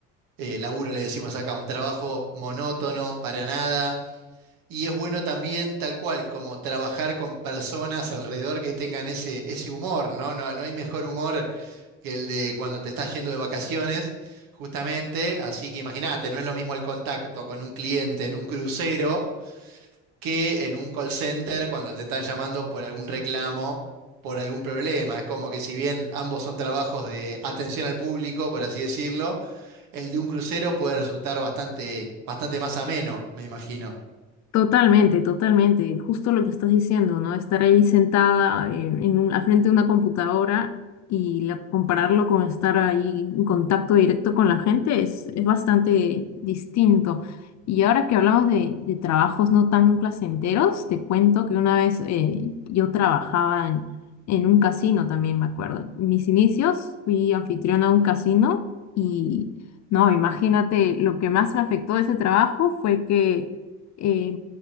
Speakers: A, on the right; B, on the left.
A: eh, laburo le decimos acá, un trabajo monótono para nada. Y es bueno también, tal cual, como trabajar con personas alrededor que tengan ese, ese humor, ¿no? No, no hay mejor humor que el de cuando te estás yendo de vacaciones, justamente. Así que imagínate, no es lo mismo el contacto con un cliente en un crucero que en un call center cuando te están llamando por algún reclamo, por algún problema. Es como que si bien ambos son trabajos de atención al público, por así decirlo, el de un crucero puede resultar bastante, bastante más ameno, me imagino.
B: Totalmente, totalmente. Justo lo que estás diciendo, ¿no? Estar ahí sentada en, en un- al frente de una computadora y la- compararlo con estar ahí en contacto directo con la gente es, es bastante distinto. Y ahora que hablamos de, de trabajos no tan placenteros, te cuento que una vez eh, yo trabajaba en, en un casino también, me acuerdo. En mis inicios fui anfitriona a un casino y, no, imagínate, lo que más me afectó de ese trabajo fue que eh,